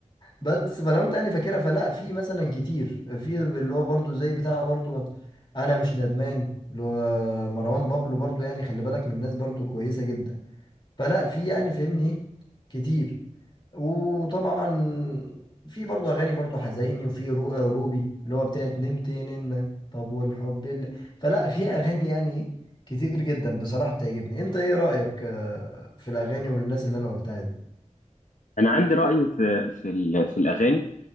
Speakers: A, on the left (about 40°); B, on the left (about 75°).
A: بس فلو انت يعني فاكرها فلا في مثلا كتير في اللي هو برضو زي بتاع برضو انا مش ندمان اللي هو مروان بابلو برضو يعني خلي بالك من الناس برضو كويسة جدا فلا في يعني فهمني ايه كتير وطبعا في برضو اغاني برضو حزيني وفي رو روبي اللي هو بتاعت نمت ننة طب والحب اللي فلا في اغاني يعني كتير جدا بصراحة بتعجبني انت ايه رأيك آه، في الاغاني والناس اللي انا قلتها دي
B: انا عندي راي في في ال- في الاغاني